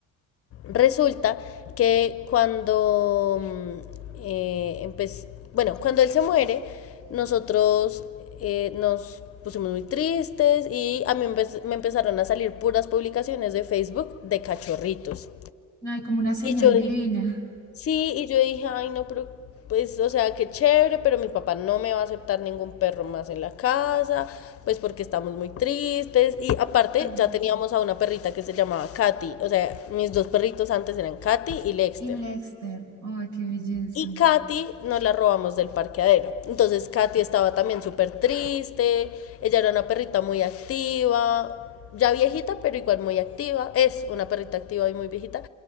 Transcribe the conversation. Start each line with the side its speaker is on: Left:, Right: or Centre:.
Left: resulta que cuando mm, eh, empe- bueno, cuando él se muere, nosotros eh, nos pusimos muy tristes y a mí empe- me empezaron a salir puras publicaciones de Facebook de cachorritos.
Right: Ay, como una señal
Left: Y yo
Right: divina.
Left: Sí, y yo dije, ay, no, pero pues, o sea, qué chévere, pero mi papá no me va a aceptar ningún perro más en la casa, pues porque estamos muy tristes. Y aparte,
Right: Ah.
Left: ya teníamos a una perrita que se llamaba Katy. O sea, mis dos perritos antes eran Katy y Lexter.
Right: Y Lexter. Ay, qué belleza.
Left: Y Katy nos la robamos del parqueadero. Entonces Katy estaba también súper triste, ella era una perrita muy activa, ya viejita, pero igual muy activa, es una perrita activa y muy viejita,